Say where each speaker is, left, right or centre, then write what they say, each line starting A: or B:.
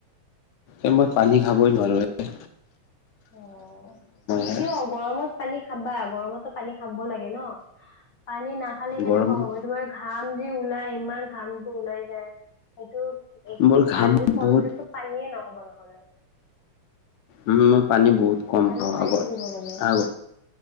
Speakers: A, on the left; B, on the left.
A: <unintelligible> মই পানী খাবই নোৱাৰোৱে।
B: অহ,
A: হে
B: কিয় গৰমত পানী খাবা গৰমত পানী খাব লাগে ন, পানী নাখালে কেনেকুৱা
A: গৰমত।
B: হ'ব তোমাৰ ঘাম যি ওলাই ইমান ঘামটো ওলাই যায়, সেইটো একো
A: মোৰ ঘাম
B: পানী শৰীৰতো
A: বহুত,
B: পানীয়ে নহব নহয়।
A: উম মই পানী বহুত কম
B: পানী
A: খাওঁ
B: খাই
A: আগৰ,
B: থাকিব লাগে
A: আগ